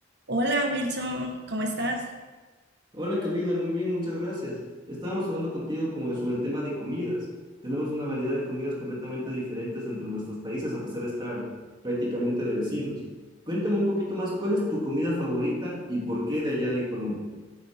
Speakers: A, on the right; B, on the right.
A: Hola Wilson, ¿cómo estás?
B: Hola Camila, muy bien, muchas gracias. Estábamos hablando contigo como de- sobre el tema de comidas. Tenemos una variedad de comidas completamente diferentes entre nuestros países a pesar de estar prácticamente de vecinos. Cuéntame un poquito más, ¿cuál es tu comida favorita y por qué de allá de Colombia?